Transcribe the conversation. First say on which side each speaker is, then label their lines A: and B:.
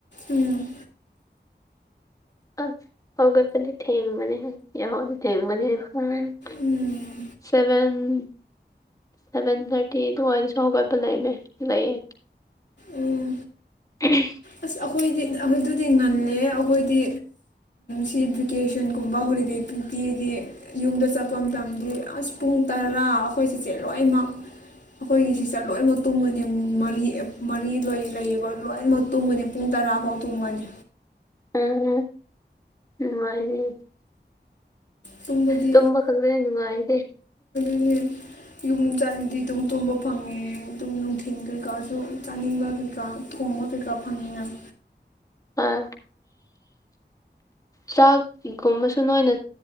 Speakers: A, on the left (about 75°); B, on the left (about 20°).
A: ꯎꯝ
B: ꯑ ꯍꯒꯄꯅꯤ ꯊꯦꯡ ꯃꯅꯦ ꯍꯥꯏ ꯍ ꯊꯦꯡ ꯃꯅꯦ ꯍꯥꯏ
A: ꯎꯝ
B: ꯁꯚꯦꯟ ꯁꯕꯦꯟ ꯊꯔꯇꯤ ꯑꯗꯨ ꯋꯥꯔꯤꯁ ꯍꯒ ꯄ ꯂꯩꯅꯦ ꯂꯩꯌꯦꯦ
A: ꯎꯝ
B: ꯎꯝ
A: ꯑꯁ ꯑꯩꯈꯣꯏꯗꯤ ꯑꯗꯨꯗꯤ ꯉꯜꯂꯦ ꯑꯩꯈꯣꯏꯗꯤ ꯁꯤ ꯚꯦꯀꯦꯁꯟꯒꯨꯝꯕ ꯍꯣꯂꯤꯗꯦ ꯄꯤ ꯇꯤꯗꯤ ꯌꯨꯝꯗ ꯆꯠꯄ ꯃꯇꯝꯗ ꯑꯁ ꯄꯨꯡ ꯇꯔꯥ ꯑꯩꯈꯣꯏ ꯆꯤꯆꯦ ꯂꯣꯏꯅꯃꯛ ꯑꯩꯈꯣꯏꯒꯤ ꯁꯤꯁ ꯂꯣꯏꯅꯃꯛ ꯇꯨꯝꯕꯅꯤ ꯃꯔꯤ ꯃꯔꯤ ꯂꯣꯏ ꯂꯩꯌꯦꯕ ꯂꯣꯏꯅꯃꯛ ꯇꯨꯝꯕꯅꯤ ꯄꯨꯡ ꯇꯔꯥꯐꯥꯎ ꯇꯨꯝꯒꯅꯤ
B: ꯎꯝ ꯋꯥꯗꯤ
A: ꯇꯨꯝꯕꯗꯤ
B: ꯇꯨꯝꯕ ꯈꯪꯗꯅꯦ ꯅꯨꯡꯉꯥꯏꯇꯦ
A: ꯎꯝ ꯌꯨꯝ ꯆꯥꯠꯂꯗꯤ ꯑꯗꯨꯝ ꯇꯨꯝꯕ ꯐꯪꯉꯦ ꯑꯗꯨꯝ ꯅꯨꯡꯊꯤꯟ ꯀꯩꯀꯥꯁꯨ ꯆꯥꯅꯤꯡꯕ ꯀꯩꯀꯥ ꯊꯣꯡꯕ ꯀꯩꯀꯥ ꯐꯪꯉꯤꯅꯪ
B: ꯑꯥ ꯆꯥꯛ ꯁꯤꯒꯨꯝꯕꯁꯨ ꯅꯣꯏꯅ